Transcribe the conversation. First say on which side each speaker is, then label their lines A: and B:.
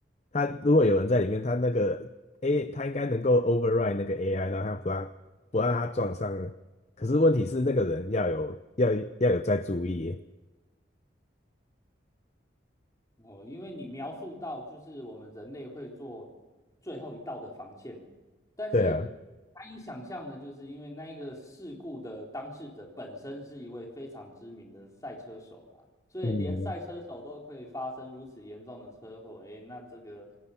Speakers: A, on the left; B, on the left.
A: 他如果有人在里面，他那个 A 他应该能够 override 那个 AI，让他不让不让他撞上。可是问题是那个人要有要要有在注意，
B: 哦，因为你描述到就是我们人类会做最后一道的防线，但是难
A: 对啊，
B: 以想象的，就是因为那一个事故的当事者本身是一位非常知名的赛车手啦，所以连赛车手都可以发生如此严重的车祸，
A: 嗯，
B: 诶，那这个